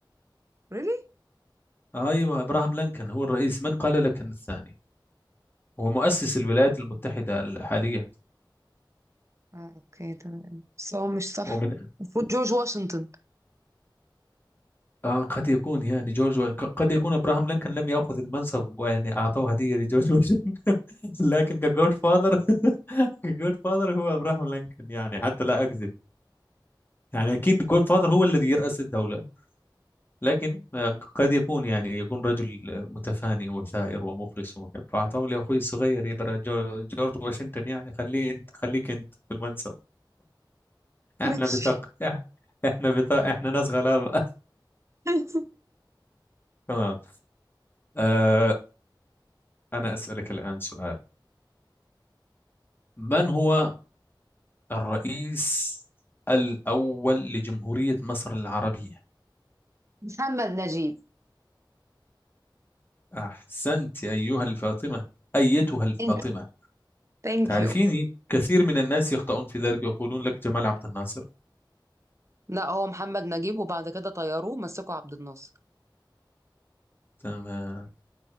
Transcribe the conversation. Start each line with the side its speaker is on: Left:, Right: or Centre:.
Right: ريلي
Left: أيوه أبراهام لينكولن هو الرئيس من قال لك أن الثاني هو مؤسس الولايات المتحدة الحالية
Right: اه اوكي تمام بس هو مش صح
Left: ومن
Right: المفروض جورج واشنطن
Left: آه قد يكون يعني جورج و... ق- قد يكون ابراهام لينكولن لم ياخذ المنصب ويعني اعطوه هديه لجورج واشنطن <laughs> لكن كجورج فاذر جود فاذر هو ابراهام لينكولن يعني حتى لا اكذب يعني اكيد جود فاذر هو الذي يرأس الدولة لكن آه، قد يكون يعني يكون رجل آه، متفاني وثائر ومخلص ومحب فاعطاه لاخوي الصغير يبقى جو- جورج واشنطن يعني خليه انت خليك انت في المنصب احنا
Right: ماشي
Left: بطاق إح- احنا بطاق احنا ناس غلابة <laughs>
Right: <laughs>
Left: تمام آه، انا اسألك الآن سؤال من هو الرئيس الأول لجمهورية مصر العربية
Right: محمد نجيب
Left: أحسنت أيها الفاطمة أيتها الفاطمة
Right: انت ثانك
Left: تعرفيني
Right: يو
Left: كثير من الناس يخطئون في ذلك يقولون لك جمال عبد الناصر
Right: لا هو محمد نجيب وبعد كده طيروه مسكوا عبد الناصر
Left: تمام